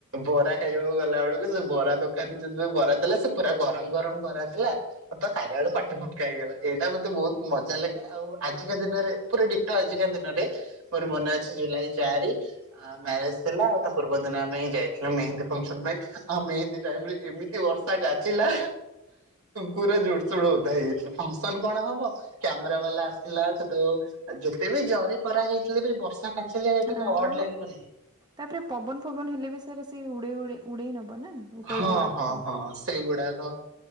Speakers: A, on the right (about 75°); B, on the right (about 20°).
A: ବରା ଖାଇବାକୁ ଗଲା ବେଳକୁ ସେ ବରା ଦୋକାନରେ ଯଦ ବରା ଦେଥିଲା ସେ ପୁରା ଗରମ ଗରମ ବରା ଥିଲା। <unintelligible> ହେଇଗଲା ଏଇଟା ମତେ ବହୁତ ମଜା ଲାଗେ ଆଉ ଆଜିକା ଦିନରେ ପୁରା ଡିଟୋ ଆଜିକା ଦିନରେ ମୋର ମନେ ଅଛି ଜୁଲାଇ ଚାରି। ଆ ମ୍ୟାରେଜ ଥିଲା ଆଉ ତା ପୂର୍ବ ଦିନ ଆମେ ଯାଇଥିଲ ମେହେନ୍ଦୀ ଫଙ୍କସନ ପାଇଁ ଆଉ ମେହେନ୍ଦୀ ଟାଇମରେ ଏମିତି ବର୍ଷ ଗାଛିଲା ପୁରା ଜୁଡସୁଡ ଓଦା ହେଇଯାଇଥିଲୁ ଫସନ କଣ ହବ? କ୍ୟାମରା ବାଲା ଆସିଲା ସେଠୁ ଯେତେ ବି ଜରି ପରା ହେଇଥିଲେ ବି ବର୍ଷା କାଚିଲେ
B: ହଁ
A: ଟିକେ ଅଡ୍ ଲାଗିବନି।
B: ତାପରେ ପବନ ଫବନ ହେଲେ ବି ସାରା ସେ ଉଡେଇ ଉଡେଇ ଉଡେଇ ନବ ନା? ଉପର
A: ହଁ
B: ଯୋଉଗୁଡା
A: ହଁ
B: ପବନ
A: ହଁ ସେଇଗୁଡାକ।